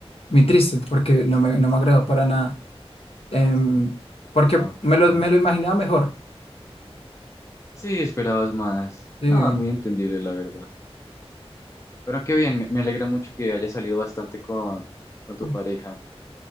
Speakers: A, on the left; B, on the left.
A: muy triste, porque no me, no me agradó para nada. Em, porque
B: Ah,
A: me lo,
B: Ok.
A: me lo imaginaba mejor.
B: Sí, esperabas más.
A: Sí.
B: Nada, muy entendible, la verdad. Pero qué bien, me, me alegra mucho que haya salido bastante con, con tu
A: Uy.
B: pareja.